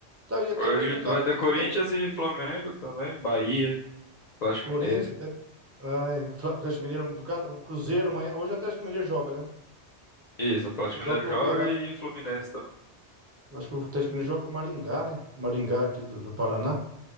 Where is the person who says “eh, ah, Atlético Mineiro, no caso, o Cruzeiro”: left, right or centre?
Right